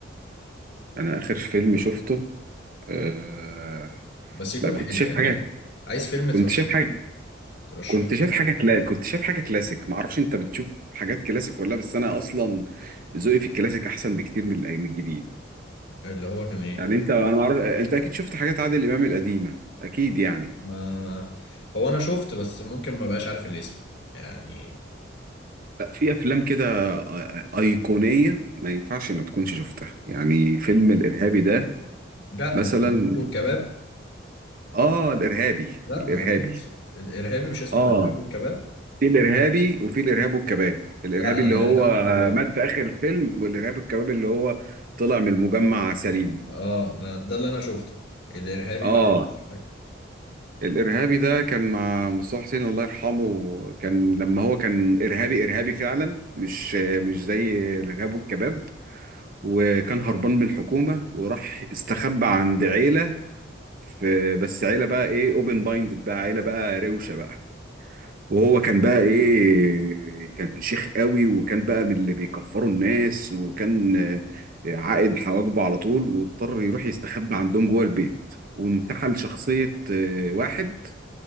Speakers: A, on the right; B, on the left.
A: انا اخر فيلم شفته آه...
B: بس يكون
A: لا كنت
B: حلو
A: شايف
B: يعني
A: حاجات
B: عايز فيلم ترشحه
A: كنت شايف حاجة
B: لي ترشحه
A: كنت شايف
B: لي
A: حاجه كلا كنت شايف حاجه كلاسيك ما اعرفش انت بتشوف حاجات كلاسيك ولا لا، بس انا اصلا ذوقي في الكلاسيك احسن بكتير من الأي- من الجديد
B: اللي هو كان ايه
A: يعني انت انا ما اعرف انت اكيد شفت حاجات عادل امام القديمه اكيد يعني
B: ما هو انا شفت بس ممكن ما بقاش عارف الاسم يعني
A: لا، في افلام كده آي- ايقونيه ما ينفعش ما تكونش شفتها يعني فيلم الارهابي ده
B: لا
A: مثلا
B: الارهاب والكباب
A: اه الارهابي
B: لا
A: الارهابي
B: ما اكيد الارهابي مش اسمه
A: اه
B: الارهاب والكباب
A: في الارهابي وفي الارهاب والكباب الارهابي
B: لا انا
A: اللي
B: الارهاب
A: هو
B: والكباب
A: مات في اخر الفيلم والارهاب والكباب اللي هو طلع من المجمع سليم
B: اه ده ده اللي انا شفته الارهابي
A: اه
B: بقى مش فاكر
A: الارهابي ده كان مع مصطفى حسين الله يرحمه كان لما هو كان ارهابي ارهابي فعلا مش مش زي الارهاب والكباب وكان هربان من الحكومه وراح استخبى عند عيله في بس عيله بقى ايه اوبن مايندد بقى عيله بقى روشه بقى وهو كان بقى ايه كان شيخ قوي وكان بقى من اللي بيكفروا الناس وكان آه، عائد حواجبه على طول واضطر يروح يستخبى عندهم جوه البيت وانتحل شخصيه آه، واحد